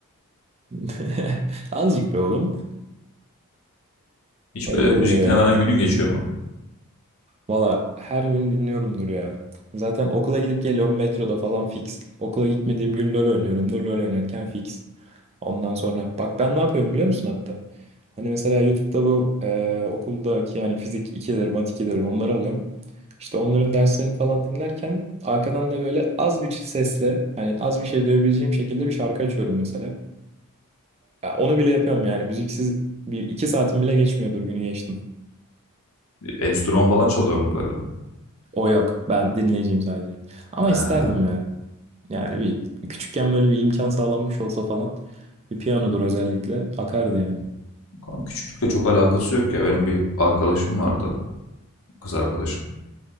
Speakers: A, on the right; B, on the left.
A: <laughs> Azıcık be oğlum.
B: Hiç
A: Öyle
B: böyle müzik
A: oluyor ya.
B: dinlemeden günün geçiyor mu?
A: Valla her gün dinliyorumdur ya. Zaten okula gidip geliyorum metroda falan fix. Okula gitmediğim gün LoL oynuyorumdur. LoL oynarken fix. Ondan sonra bak ben ne yapıyorum biliyor musun hatta? Hani mesela YouTube'da bu e, okuldaki yani fizik 2'leri, mat 2'leri onları alıyorum. İşte onların derslerini falan dinlerken arkadan da böyle az bir sesle hani az bir şey duyabileceğim şekilde bir şarkı açıyorum mesela. Ya onu bile yapıyorum yani. Müziksiz bir iki saatim bile geçmiyordur günü geçtim.
B: Bir Enstrüman falan çalıyor mu böyle?
A: O yok. Ben dinleyeceğim sadece. Ama
B: Ha.
A: isterdim ya. Yani bir küçükken böyle bir imkan sağlanmış olsa falan. Bir piyanodur özellikle. Akardı yani.
B: Kanka Küçüklükle çok alakası yok ya. Benim bir arkadaşım vardı. Kız arkadaşım.